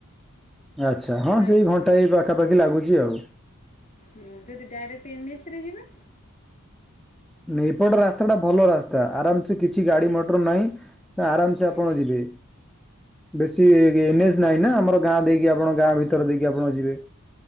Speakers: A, in the centre; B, on the left.
A: ଆଚ୍ଛା ହଁ
B: ଟାଇମ୍।
A: ସେଇ ଘଣ୍ଟା ଏ ପାଖାପାଖି ଲାଗୁଛି ଆଉ।
B: ହ ଯଦି ଡାଇରେକ୍ଟ ଏନ୍ଏଚ ରେ ଯିବା
A: ନଁ ଏପଟ ରାସ୍ତା ଟା ଭଲ ରାସ୍ତା ଆରାମ ସେ କିଛି ଗାଡି ମଟର ନାହିଁ। ନା ଆରାମସ
B: ହୁଁ
A: ଆପଣ ଯିବେ। ବେଶୀ
B: ହୁଁ
A: ନେଜ
B: ହୁଁ।
A: ନାହିଁ ନା ଆମର ଗାଁ ଦେଇକି ଆପଣ ଗାଁ ଭିତରେ ଦେଇକି ଆପଣ ଯିବେ।